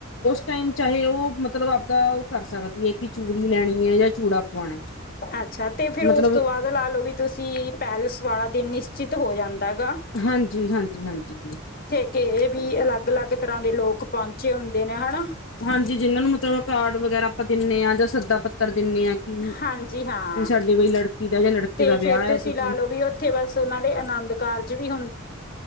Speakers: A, on the left (about 65°); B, on the left (about 45°).
A: ਟਾਈਮ ਚਾਹੇ ਉਹ ਮਤਲਬ ਆਪਦਾ ਉਹ ਕਰ ਸਕਦੀ ਹੈ, ਕਿ ਚੂੜੀ ਲੈਣੀ ਐ ਜਾਂ ਚੂੜਾ। ਪਵਾਉਣਾ
B: ਅੱਛਾ, ਤੇ ਫੇਰ
A: ਮਤਲਬ
B: ਉਸ ਤੋਂ ਬਾਅਦ ਲਾ ਲਓ, ਵੀ ਤੁਸੀਂ ਪੈਲਸ ਵਾਲਾ ਦਿਨ ਨਿਚਿਤ ਹੋ ਜਾਂਦਾ ਏ ਗਾ।
A: ਹਾਂਜੀ-ਹਾਂਜੀ-ਹਾਂਜੀ,
B: ਕੇ ਏ ਵੀ ਅਲੱਗ-ਅਲੱਗ ਤਰ੍ਹਾਂ ਦੇ ਲੋਕ ਪਹੁੰਚੇ ਹੁੰਦੇ ਨੇ ਹਨਾ।
A: ਹਾਂਜੀ, ਜਿਹਨਾਂ ਨੂੰ ਮਤਲਬ ਕਾਰਡ ਵਗੈਰਾ ਆਪਾਂ ਦਿਨੇ ਆ ਜਾਂ ਸੱਦਾ ਪਤ ਪੱਤਰ ਦਿਨੇ ਆ ਕਿ,
B: ਹਾਂਜੀ ਹਾਂ
A: ਵੀ ਸਾਡੇ ਬਈ ਲੜਕੀ ਦਾ ਜਾਂ ਲੜਕੇ
B: ਤੇ
A: ਦਾ
B: ਫੇਰ
A: ਵਿਆਹ ਐ ਤੁਸੀਂ
B: ਲਾ ਲਓ ਵੀ ਉੱਥੇ ਬਸ ਉਹਨਾਂ ਦੇ ਆਨੰਦ ਕਾਰਜ ਵੀ ਹੁੰ